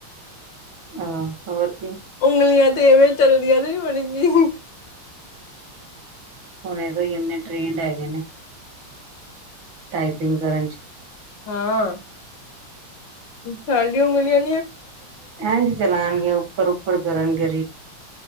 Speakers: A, on the right (about 70°); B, on the left (about 60°).
A: ਹਾਂ ਹੋਰ ਕੀ
B: ਉਂਗਲੀਆਂ ਤੇ ਇਵੇਂ ਚੱਲਦੀਆਂ ਤੇ ਨੀ ਬਣਗੇ।
A: ਹੁਣ ਤੋਂ ਕਿੰਨੇ ਟਰੇੇਂਡ ਹੈਗੇ ਨੇ। ਟਾਈਪਿੰਗ ਕਰਨ ਚ।
B: ਹਾਂ ਸਾਡੀਆਂ ਉਗਲੀਆਂ
A: ਇੰਝ ਚਲਾਣਗੇ ਉੱਪਰ ਉੱਪਰ ਕਰਨਗੇ